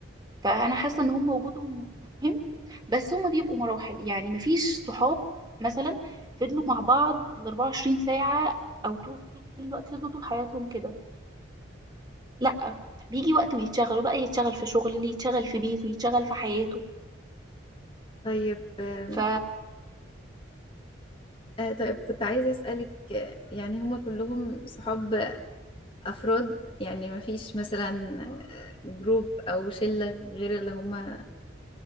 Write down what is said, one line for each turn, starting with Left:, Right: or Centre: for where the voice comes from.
Right: فانا حاسه ان هم وجودهم مهم بس هم بيبقوا مراحل يعني مفيش صحاب مثلا فضلوا مع بعض ال 24 ساعه او طول الوقت فضلوا طول حياتهم كده لا بيجي وقت ويتشغلوا بقى يتشغل في شغل اللي يتشغل في بيته يتشغل في حياته
Left: طيب آم،
Right: ف
Left: آه طيب كنت عايزة أسألك آه، يعني هما كلهم صحاب أفراد يعني ما فيش مثلا آه، جروب أو شلة غير اللي هما